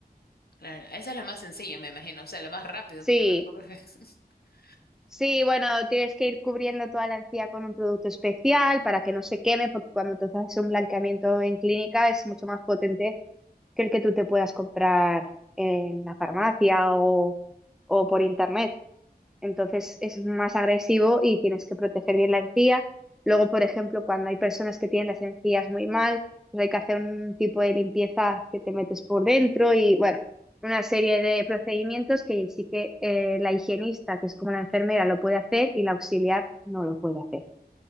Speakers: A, on the left; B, in the centre.
A: Claro. Esa es la más sencilla, me imagino. O sea, la más rápido,
B: Sí,
A: porque tampoco es. <laughs>
B: sí, bueno, tienes que ir cubriendo toda la encía con un producto especial para que no se queme, porque cuando tú haces un blanqueamiento en clínica es mucho más potente que el que tú te puedas comprar en la farmacia o, o por internet entonces es más agresivo y tienes que proteger bien la encía. Luego, por ejemplo, cuando hay personas que tienen las encías muy mal, pues hay que hacer un tipo de limpieza que te metes por dentro y bueno, una serie de procedimientos que sí que eh, la higienista, que es como la enfermera, lo puede hacer y la auxiliar no lo puede hacer.